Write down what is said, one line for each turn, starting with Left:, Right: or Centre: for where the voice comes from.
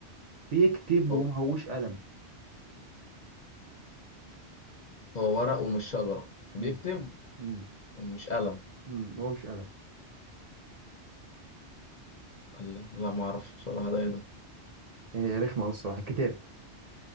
Right: بيكتب
Left: هو
Right: وما هوش قلم
Left: هو ورق ومش شجرة وبيكتب
Right: مم، مم،
Left: ومش قلم
Right: مم، هو مش قلم
Left: قال لا لا ما اعرفش بصراحة ده ايه ده
Right: إيه رخمه قوي الصراحه كتاب